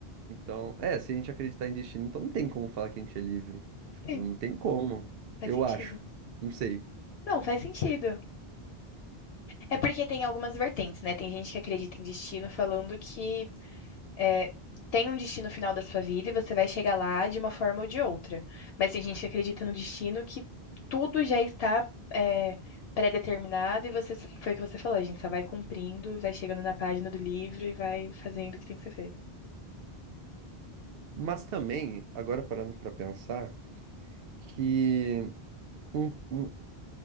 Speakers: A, on the right; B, on the left.
A: Então, é, se a gente acreditar em destino, então não tem como falar que a gente é livre. Tipo,
B: Sim,
A: não tem como.
B: faz
A: Eu
B: sentido.
A: acho. Não sei.
B: Não, faz sentido. É porque tem algumas vertentes, né? Tem gente que acredita em destino falando que é, tem um destino final da sua vida e você vai chegar lá de uma forma ou de outra. Mas tem gente que acredita no destino que tudo já está é, pré-determinado e você, foi o que você falou, a gente só vai cumprindo, vai chegando na página do livro e vai fazendo o que tem que ser feito.
A: Mas também, agora parando pra pensar, que um, um,